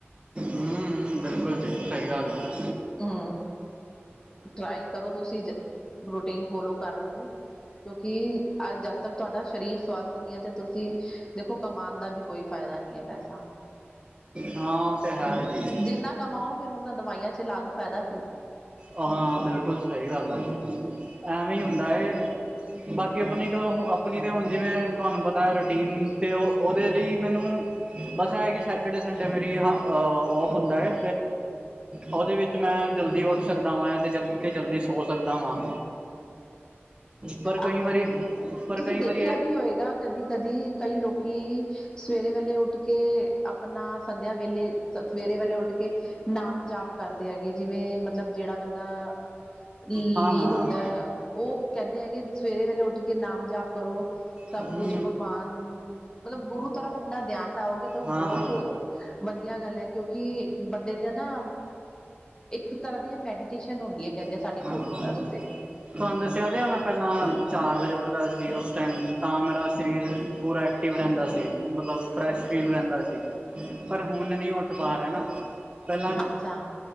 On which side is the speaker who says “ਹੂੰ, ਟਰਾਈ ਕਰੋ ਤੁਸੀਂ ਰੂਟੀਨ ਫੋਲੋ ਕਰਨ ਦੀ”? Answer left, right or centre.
Left